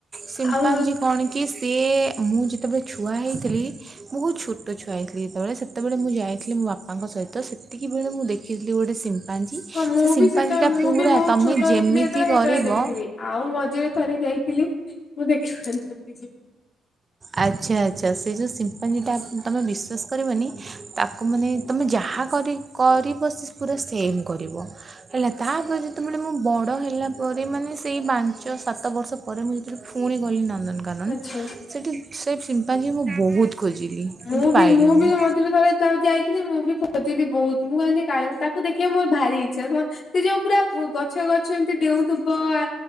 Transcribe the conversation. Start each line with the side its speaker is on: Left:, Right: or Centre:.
Right: ସିମ୍ପାଞ୍ଜି
Left: ଆଉ
Right: କଣ କି ସିଏ ମୁଁ ଯେତେବେଳେ ଛୁଆ ହେଇଥିଲି। ମୁଁ ବହୁତ ଛୋଟ ଛୁଆ ହେଇଥିଲି। ଯେତେବେଳେ ସେତେବେଳେ ମୁଁ ଯାଇଥିଲି ମୋ ବାପାଙ୍କ ସହିତ ସେତିକିିବେଳେ ମୁଁ ଦେଖିଥିଲି ଗୋଟେ ସିମ୍ ସିମ୍ପାଞ୍ଜି
Left: ହଁ
Right: ସେ
Left: ମୁଁ
Right: ସିମ୍ପାଞ୍ଜିଟା
Left: ବି ସେତେବେଳେ ମୁଁ
Right: ପୁରା
Left: ବି ବହୁତ
Right: ତୁମେ
Left: ଛୋଟ ହେଇଥିଲି
Right: ଯେମିତି
Left: ଯେତେବେଳେ
Right: କରିବ।
Left: ସେତେବେଳେ ଦେଖିଥିଲି ଆଉ ମଝିରେ ଥରେ ଯାଇଥିଲି ମୁଁ ଦେଖି
Right: ଆଚ୍ଛା ଆଚ୍ଛା ସେ ଯୋଉ ସିମ୍ପାଜି ଟା ତମ ବିଶ୍ୱାସ କରିବନି ତାକୁ ମାନେ ତୁମେ ଯାହା କରି କରିବ ସେ ପୁରା ସେମ୍ କରିବ। ହେଲା ତାପରେ ଯେତେବେଳେ ମୁଁ ବଡ଼ ହେଲା ପରେ ମାନେ ସେଇ ପାଞ୍ଚ ସାତ ବର୍ଷ। ପରେ ମୁଁ ଯେତେବେଳେ ଫୁଣି ଗଲି ନନ୍ଦନ
Left: ଆଚ୍ଛା
Right: ସେଠି ସେଇ ସେ ସିମ୍ପାଜି ମୁଁ ବହୁତ ଖୋଜିଲି
Left: ମୁଁ
Right: କିନ୍ତୁ
Left: ବି
Right: ପାଇଲିନି।
Left: ବି ମୁଁ ଥରେ ଯେତେବେଳେ ଯାଇଥିଲି ମୁଁ ବି ଖୋଜିଲି ବହୁତ। ମୁଁ କହିଲି କାଳ ତାକୁ ଦେଖିବା ମୋର ଭାରି ଇଚ୍ଛା। ସେ ଯୋଉ ପୁରା ଗଛ ଗଛ ଏମିତି ଡେଉଁଥୁବ ଆ